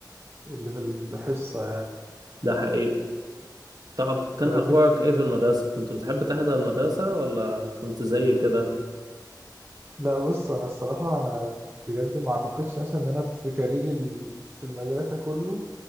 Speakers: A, on the right; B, on the right.
A: اللي في الحصه
B: ده حقيقي طب كان
A: طب
B: اخبارك
A: انت
B: ايه في المدرسه كنت بتحب تحضر المدرسه ولا كنت زي كده
A: لا بص انا الصراحه انا بجد ما اعتقدش مثلا ان انا في كاريري ال- في المدرسه كله